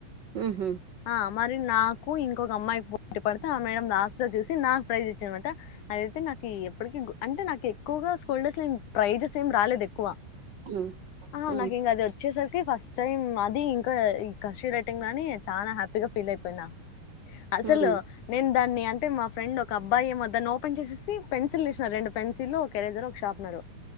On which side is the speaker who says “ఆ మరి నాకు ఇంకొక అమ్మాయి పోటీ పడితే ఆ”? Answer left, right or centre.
Left